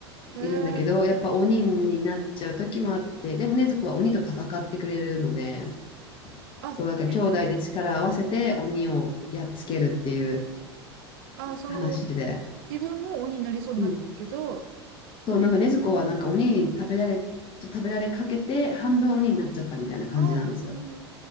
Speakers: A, on the right (about 55°); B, on the left (about 40°).
A: い。へえ。
B: いるんだけど、やっぱ鬼になっちゃう時もあって、でも禰豆子は鬼と戦ってくれるので、
A: あ、
B: そう、なんか兄弟で力を合わせて鬼をやっつけるっていう
A: で、あ、その、
B: 話で。
A: 自分も鬼になりそうになってるけど、
B: うん。
A: まあ、
B: そう、
A: 別
B: なんか禰豆子はなんか鬼に食べられ、食べられかけて半分鬼になっちゃったみたいな感じなんですよ。
A: ああ、なるほど、なるほど。